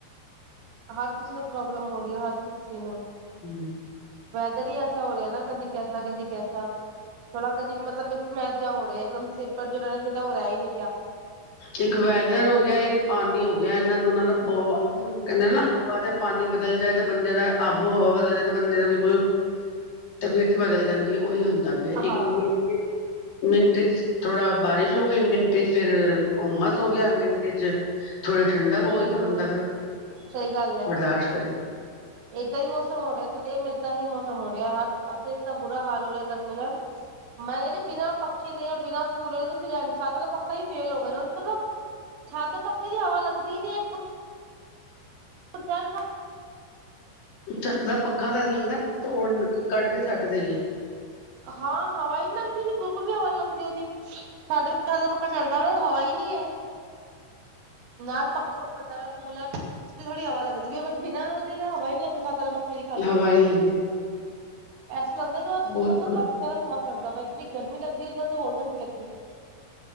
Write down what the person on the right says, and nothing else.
ਹਰ ਕਿਸੇ ਨੂੰ ਪ੍ਰੋਬਲਮ ਹੋ ਰਹੀ ਐ, ਹਰ ਕਿਸੀ ਨੂੰ।
ਵੈਦਰ ਈ ਐਸਾ ਹੋ ਰੇਆ ਨਾ, ਕਦੀ ਕੈਸਾ, ਕਦੀ ਕੈਸਾ। ਥੋੜਾ ਕਦੀ ਮਤਲਬ ਮਿਕਸ-ਮੈਚ ਜਾ ਹੋ ਰਿਆ, ਇੱਕਦਮ ਸਿੰਪਲ ਜੋ ਰੇਨਾ ਚਾਈਦਾ ਓਹ ਰੈ ਈ ਨੀ ਗਿਆ।
ਹਮ
ਹਾਂ
ਹਮ
ਹਮ
ਸਹੀ ਗੱਲ ਹੈ
ਏਦਾਂ ਹੀ ਮੌਸਮ ਹੋ ਰਿਹਾ, ਸੇਮ ਏਦਾਂ ਹੀ ਮੌਸਮ ਹੋ ਰਿਹਾ ਹਰ ਪਾਸੇ ਇਤਨਾ ਬੁਰਾ ਹਾਲ ਹੋ ਰਿਹਾ ਗਰਮੀ ਨਾਲ ਮੈਂ ਕੈ ਰੀ ਬਿਨਾ ਪੱਖੇ ਦੇ, ਬਿਨਾ ਕੂਲਰ ਦੇ ਤੁਸੀ ਰੈ ਨਈ ਸਕਦੇ, ਪੱਖੇ ਵੀ ਫੇਲ ਹੋਗੇ ਨੇ ੳਦੇ ਮਤਲਬ ਛੱਤ ਦੇ ਪੱਖੇ ਦੀ ਹਵਾ ਲੱਗਦੀ ਨੀ ਐ <unintelligible>
ਹਾਂ, ਹਵਾ ਈ ਨੀ ਲਗਦੀ ਬਿਲਕੁਲ ਵੀ ਹਵਾ ਨੀ ਲਗਦੀ ੳਦੀ। ਸਾਡੇ ਠਾਂ ਤੇ ਪੱਖਾ ਚੱਲਦਾ ਵੇ ਹਵਾ ਈ ਨੀ ਹੈ। ਨਾਲ ਪਖਾ ਚੱਲਦਾ ਵੇ ਕੂਲਰ ਤੇ ਥੋੜੀ ਹਵਾ ਲੱਗਦੀ ਏ, ਬਿਨਾ ੳਦੇ ਤੇ ਹਵਾ ਈ ਨੀ ਲਗਦੀ ਛੱਤ ਆਲੇ ਪੱਖ ਪਖੇ ਦੀ ਖਾਲੀ,
ਏਸਾ ਲਗਦਾ ਕਿ ਬਸ
ਮਤਲਬ
ਬਸ ਗਰਮ ਹਵਾ ਛੱਡਦਾ ਪੇਂਦਾ, ਇਤਨੀ ਗਰਮੀ ਲੱਗਦੀ ੳਦੇ ਨਾਲ ਤੇ ਹੋਰ ਗਰਮੀ ਲਗਦੀ ਐ।